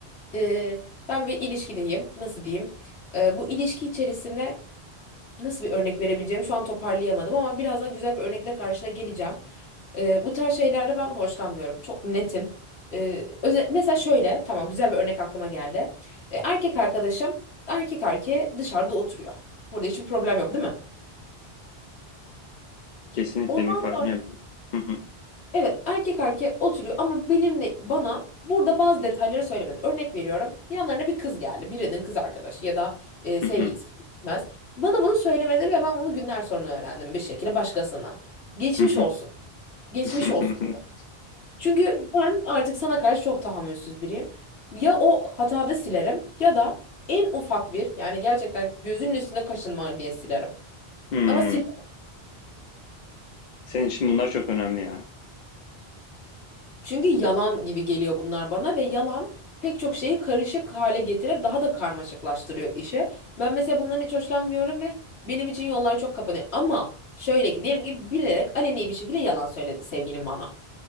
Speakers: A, on the left (about 80°); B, on the left (about 55°).
A: ee, ben bir ilişkideyim. Nasıl diyeyim? Ee, bu ilişki içerisinde nasıl bir örnek verebileceğimi şu an toparlayamadım ama birazdan güzel bir örnekle karşına geleceğim. Ee, bu tarz şeylerde ben hoşlanmıyorum. Çok netim. Ee, öze- mesela şöyle, tamam güzel bir örnek aklıma geldi. Ee, erkek arkadaşım erkek erkeğe dışarıda oturuyor. Burada hiçbir problem yok, değil mi?
B: Kesinlikle
A: Ondan
B: bir fark ya Hı hı.
A: Evet erkek erkeğe oturuyor ama benimle bana burada bazı detayları söylemedi. Örnek veriyorum yanlarına bir kız geldi. Birinin kız arkadaşı ya da e, sevgilisi
B: Hı hı.
A: gitmez. Bana bunu söylemedi ve ben bunu günler sonra öğrendim bir şekilde başkasına. Geçmiş
B: Hı hı.
A: olsun. Geçmiş
B: <laughs>
A: olsun. Çünkü ben artık sana karşı çok tahammülsüz biriyim. Ya o hatada silerim ya da en ufak bir yani gerçekten gözünün üstüne kaşın var diye silerim.
B: Hımm.
A: Ama silerim.
B: Senin için bunlar çok önemli yani.
A: Çünkü yalan gibi geliyor bunlar bana ve yalan pek çok şeyi karışık hale getirip daha da karmaşıklaştırıyor işi. Ben mesela bundan hiç hoşlanmıyorum ve benim için yollar çok kapanıyor. Ama şöyle ki diyelim ki bilerek aleni bir şekilde yalan söyledi sevgilim bana.